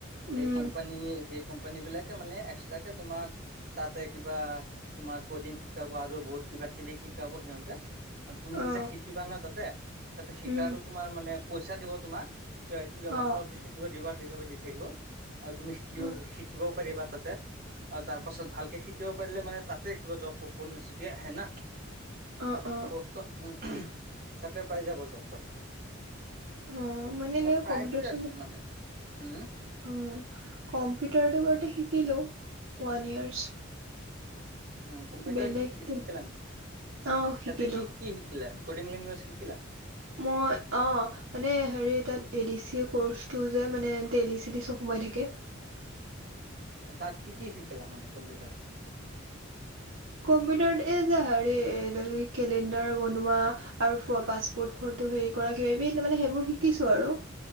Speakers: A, on the right; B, on the right.
A: সেই
B: উম
A: কোম্পানী সেই কোম্পানী বিলাকে মানে এক্সট্ৰাকে তোমাক তাতে কিবা তোমাৰ কডিং শিকাব আৰু বহুত কিবা কিবি শিকাব সিহঁতে। আৰু তুমি
B: অ
A: যে শিকিবা না তাতে, তাতে শিকাৰো
B: উম
A: তোমাৰ মানে পইচা দিব তোমাক। কিবা কিবি
B: অ
A: অলপ চলপ দি থাকিব ৰিৱাৰ্ড হিচাপে দি থাকিব। আৰু তুমি শিকি
B: অ
A: শিকিবও পাৰিবা তাতে। আৰু তাৰ পাছত ভালকে শিকিব পাৰিলে মানে তাতে কিবা জব পপন নেছুতিয়াই আহে না।
B: অ অ।
A: <unintelligible> তাতে পাই যাব জপ তক
B: অ মানে এনে
A: মই ট্ৰাই
B: কম্পিউটাৰ
A: কৰি
B: চম্পিউটাৰ
A: আছো মানে, হম।
B: উম কম্পিউটাৰটো বাৰু শিকিলো ওৱান ইয়াৰ্চ।
A: অম কম্পিউটাৰ
B: বেলেগ
A: শি
B: তেন
A: শিকিলা নি
B: অ শিকিলো
A: তাতে কিক কি শিকিলা, কদিং লেংগুৱেজ শিকিলা?
B: মই অ মানে হেৰি তাত এ ডি চি কৰ্চটো যে মানে এ দি চি এ টৰ্চটো যে মানে তেলি চেলি চব সোমাই থাকে।
A: তাত কি কি শিকিলা মানে কম্পিউটাৰত?
B: কম্পিউটাৰত এই যে হেৰি এ কেলেণ্ডাৰ বনোৱা। আৰুো ফোৱা পাছপোৰ্ট ফটো হেৰি কৰা কিবা কিবি মানে সেইবোৰ শিকিছো আৰু